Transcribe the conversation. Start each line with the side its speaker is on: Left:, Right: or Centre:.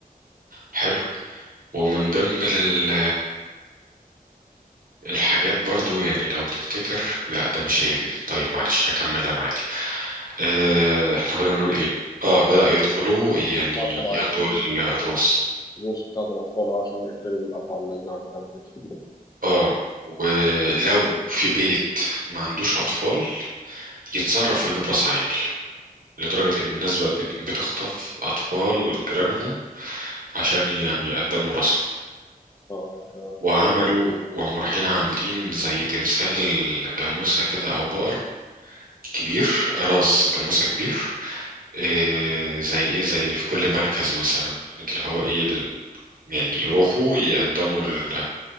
Right: حلو ومن ضمن ال الحاجات برضو يعني لو تفتكر لا ده مش هي دي طيب معلش هكمل انا عادي اه احنا كنا بنقول ايه اه بدأوا يدخلوا يعني
Left: هما كانوا
Right: ياخدوا
Left: عايزين
Right: ال- الراس
Left: الفلوس بتاعة الأطفال عشان يأكلوا الأفعى اللي ظهرت على كتفه
Right: اه ولو في بيت ما عندوش اطفال يتصرف ويجيب راس عيل لدرجة ان الناس بقت بت- بتخطف اطفال جيرانهم عشان يعني يقدموا راسهم
Left: اه ك
Right: وعملوا وهم رايحين عاملين زي تمثال جاموسة كده او بقرة كبير راس جاموسة كبير إيه زي ايه زي في كل مركز مثلا اللي هو ايه ال... يعني يروحوا يقدموا ال...